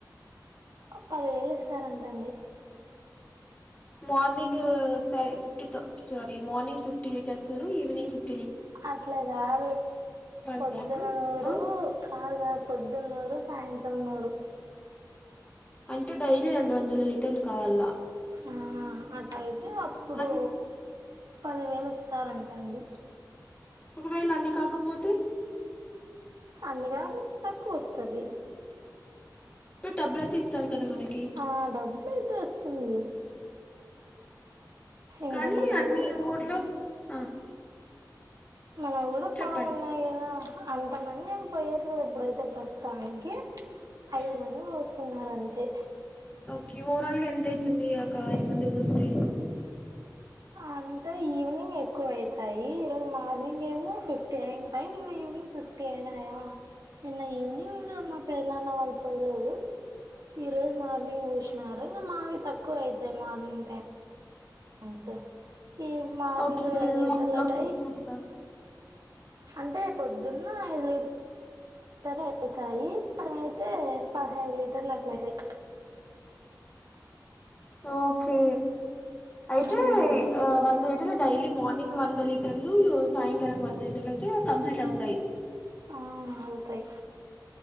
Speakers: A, on the right; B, on the left.
A: పదివేలు ఇస్తారంటండి
B: మార్నింగు ఫైవ్ ఫిఫ్టితో సారీ మార్నింగ్ ఫిఫ్టీ లీటర్స్ ను ఈవినింగ్ ఫిఫ్
A: అట్ల కాదు
B: వందనా
A: పొద్దున నూరు కాదు కాదు పొద్దున్నూరు సాయంత్రం నూరు
B: అంటే డైలీ రెండు వందల లీటర్లు కావాల
A: ఆ అట్ అయితే అప్పుడు
B: అ
A: పదివేలిస్తారంటండి
B: ఒకవేళ అన్ని కాకపోతే
A: అన్ని కాకపొతే తక్కువ వస్తది
B: డబ్బులయితే ఇస్తారు కదా మనకి
A: ఆ డబ్బులయితే వస్తుంది ఇంకా
B: కానీ
A: మనం
B: అన్ని
A: కూడా
B: ఊర్లో ఆ
A: మనవి కూడా
B: చెప్పండి
A: పాలు ఉన్నాయి కదా అంతమంది ఏం పోయట్లేదు ఇప్పుడైతే ప్రస్తుతానికి
B: ఉమ్.
A: ఐదు మంది పోస్తున్నారు అంతే
B: ఓకే ఓవరాల్ గా ఎంత అయితుంది ఒక ఐదు మంది పోస్తే
A: అంటే ఈవినింగ్ ఎక్కువ అయితాయి ఈ రోజు మార్నింగ్ ఏమో ఫిఫ్టీ అయింటాయి నిన్న నింగ్ ఫిఫ్టీ అయినాయా నిన్న ఈవినింగ్ మా పెద నాన్న వాళ్ళు పోయలేదు ఈరోజు మార్నింగ్ పోష్ నారు ఇంగ మావి తక్కువ అయితాయి మార్నింగ్ టైం టైమ్స్ ఈ మార్నింగ్
B: ఓకే మీరు
A: ఐదు లీటర్లు
B: ఇంట్లోకి
A: అయితాయి
B: తీసుకుంటా
A: అంటే పొద్దున్న ఐదు లీటర్లు అయితాయి ఐతే పదహైదు లీటర్లు అట్ల అయితాయ్
B: ఓకే అయితే
A: మ్మ్
B: ఈ వంద్ డైలీ మార్నింగ్ వంద లీటర్లు సాయంకాలం వంద లీటర్లు అయితే కంప్లీట్ అవుతాయి
A: ఆ అవుతాయి